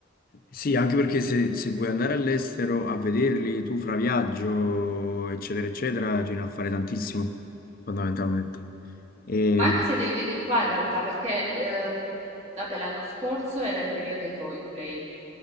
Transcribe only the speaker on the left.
sì, anche perché se, se vuoi andare all'estero a vederli tu fra viaggio, eccetera, eccetera, ce ne a fare tantissimo, fondamentalmente. E,